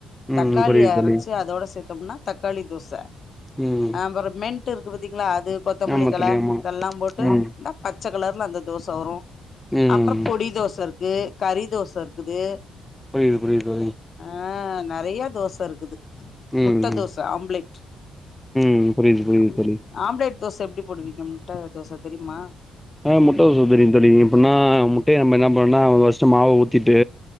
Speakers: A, on the left; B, in the centre.
A: தக்காளி
B: ம் புரியுது
A: அரச்சு
B: தோழி
A: அதோட சேத்தம்னா தக்காளி தோச
B: ம்
A: அ அப்ற மென் டு இருக்கு பாத்தீங்ளா அது கொத்தமல்லி
B: ஆமா
A: தல
B: தோழி ஆமா
A: இதெல்லா போட்டு
B: ம்
A: இந்த பச்ச கலர்ல அந்த தோச வரு
B: ம்
A: அப்றோ பொடி தோச இருக்கு கறி தோச இருக்குது
B: புரிய்து புரிய்து தோழி
A: ஆ நறைய தோச இருக்குது
B: ம்
A: முட்ட
B: ம்
A: தோஸ் ஆம்ப்லெட்
B: ம் புரியுது புரியுது
A: அம்
B: தோழி
A: ஆம்ப்லெட் தோச எப்டி போடுவீங்க முட்ட தோச தெரிமா
B: ஆ முட்ட தோச தெரியு தெரியு எப்புன்னா முட்டைய நம்ம என்ன பண்ணுனா ஃபஸ்ட்டு மாவ ஊத்திட்டு